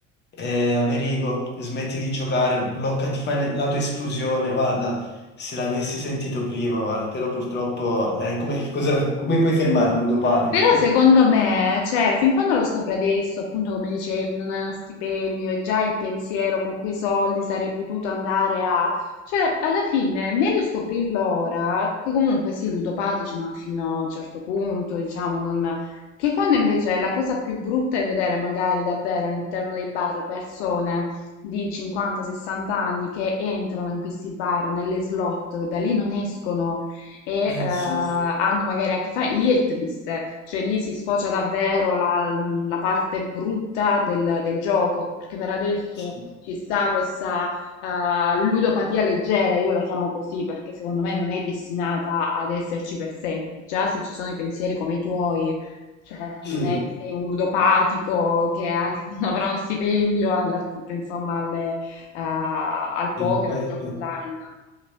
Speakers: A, on the left (about 30°); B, on the left (about 65°).
A: eh, Amerigo, smetti di giocare, blocca, ti fai le- l'autoesclusione, guarda, se l'avessi sentito prima, guarda, però purtroppo, eh, come, cosa- come puoi fermarlo, ludopatico?
B: Però secondo
A: <laughs>
B: me, cioè, fin quando lo scopri adesso, appunto come dicevi, non hai uno stipendio e già il pensiero con quei soldi sarei potuto andare a... Cioè, alla fine è meglio scoprirlo ora, che comunque sì, ludopatici, ma fino a un certo punto, diciamo, non... Che quando invece la cosa più brutta è vedere magari davvero all'interno dei bar persone di 50-60 anni che entrano in questi bar, nelle slot, da lì non escono e
A: Eh,
B: eh, hanno
A: sì,
B: magari anche famiglie, lì è triste, cioè lì si sfocia davvero la, la parte brutta del, del gioco, perché per adesso
A: sì,
B: ci sta questa eh, ludopatia leggera, io la chiamo così perché secondo me non è destinata ad esserci per sempre, già se ci sono i pensieri come i tuoi, cioè
A: sì,
B: non
A: eh,
B: è che sei un ludopatico che anche <laughs> quando avrà uno stipendio andrà tutto insomma alle- eh, al
A: sì,
B: poker,
A: beh,
B: al gioco
A: beh,
B: online.